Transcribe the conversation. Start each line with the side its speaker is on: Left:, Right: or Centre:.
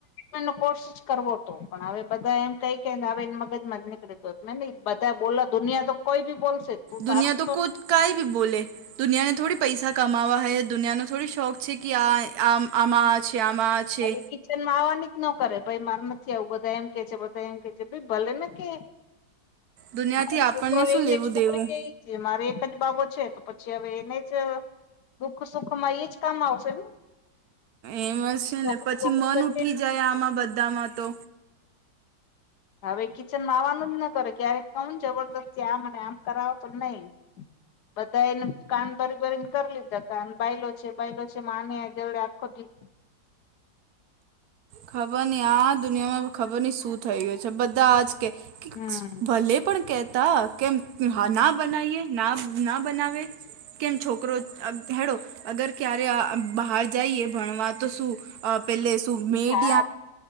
Left: અને કોશિ કરવો તો પણ હવે બધા એમ કઈ મગજ માથી નિકડી ગયું બધા બોલે દુનિયા કોઈ બી બોલશે તું
Right: દુનિયા
Left: તારું
Right: તો
Left: શોધ.
Right: કૂદ કાઈ બી બોલે. દુનિયાને થોડી પૈસા કમાવા હ દુનિયાનો થોડી શોખ છે કે આ આમાં છે આમાં છે
Left: <unintelligible> કિચન આવાની જ ન કરે ભાઈ મારે નથી આવું બધા એમ કે છે ભલે ને કે
Right: દુનિયાથી
Left: મારો
Right: આપણને
Left: છોકરો
Right: શું
Left: એને
Right: લેવું
Left: છોકરી
Right: દેવું
Left: એજ મારે એક જ બાબો છે એને જ દુઃખ સુખ માં એજ કામ આવશે ને.
Right: એમ જ છે
Left: છોકરી
Right: ને પછી
Left: વોકરી
Right: મન
Left: તો
Right: ઉઠી
Left: છે
Right: જાય આમાં બધામાં તો.
Left: હવે કિચનમાં આવવાનું જ ન કરે ક્યારેક કઉ જબરદસ્તી આમ અને આમ કરાવો તો નહી. બધા એને કાન ભરીને ભરીને કર લીધા બાયલો છે બાયલો છે માં ની જોડે આખો દી
Right: ખબર નઈ આ દુનિયામાં ખબર નઈ શું થઈ ગયુ છે બધા આજ કે
Left: હમ
Right: ભલે પણ કેતા કેમ ના બનાવીએ ના બનાવે. કેમ છોકરો હેડો, અગર ક્યારે બહાર જઈએ ભણવા તો શું પહેલે શું મેટ
Left: હા